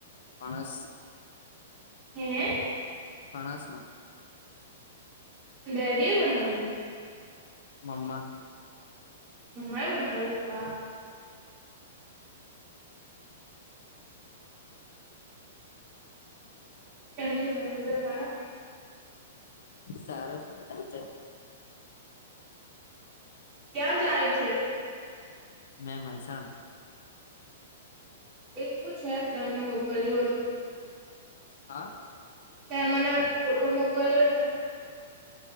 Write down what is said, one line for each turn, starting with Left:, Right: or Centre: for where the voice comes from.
Left: ફણસ
Right: હે
Left: ફણસનું
Right: ડેડીએ બનાવ્યું.
Left: મમ્મા
Right: મમાએ બનાવ્યું? <unintelligible>
Left: <inaudible>
Right: કેમ છે ઘરે બધા સારા?
Left: સારા છે બધા <unintelligible>
Right: ક્યાં જાય છે?
Left: મેં મહેસાણા
Right: એ શું છે તે મને મોકલ્યું હતું.
Left: હા.
Right: તે મને ફોટો મોકલ્યો છે એનો.